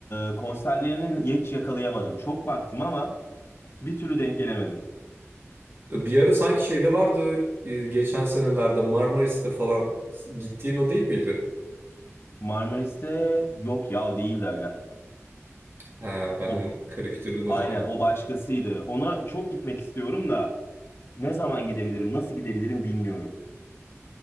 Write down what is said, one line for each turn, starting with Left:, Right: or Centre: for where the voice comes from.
Left: e, konserlerini hiç yakalayamadım. Çok baktım ama bir türlü denk gelemedim.
Right: E, Bir ara sanki şeyde vardı e, geçen senelerde Marmaris'te falan gittiğin o değil miydi?
Left: Marmaris'te yok ya o değildi aga.
Right: Ha, ben
Left: O,
Right: onu karıştırdım o
Left: aynen
Right: zaman.
Left: o başkasıydı. Ona çok gitmek istiyorum da Ne zaman gidebilirim, nasıl gidebilirim bilmiyorum.